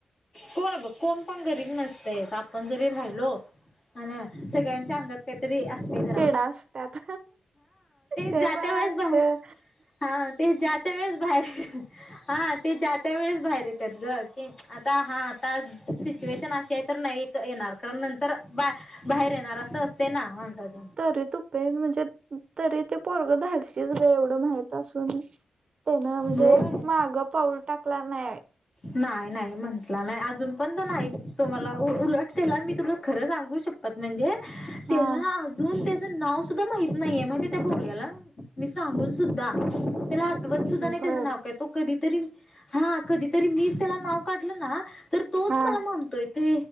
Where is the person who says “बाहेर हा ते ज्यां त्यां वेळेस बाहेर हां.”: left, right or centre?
Left